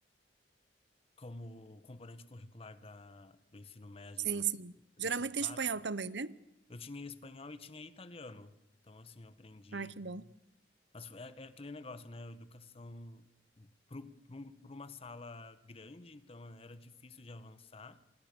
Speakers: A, on the left; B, on the right.
A: como componente curricular da, do ensino médio
B: Sim,
A: e do, do
B: sim. Geralmente
A: ensino básico,
B: tem espanhol também, né?
A: eu tinha espanhol e tinha italiano. Então, assim, eu aprendi.
B: Ai, que bom.
A: Mas foi- é, é aquele negócio, né? Educação para uma sala grande, então era difícil de avançar,